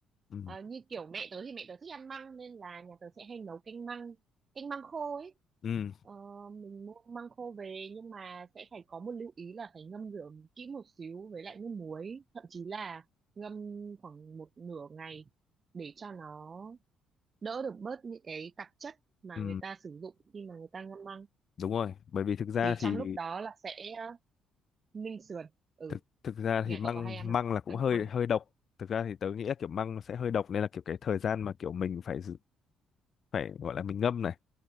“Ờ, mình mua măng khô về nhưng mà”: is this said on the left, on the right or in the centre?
Right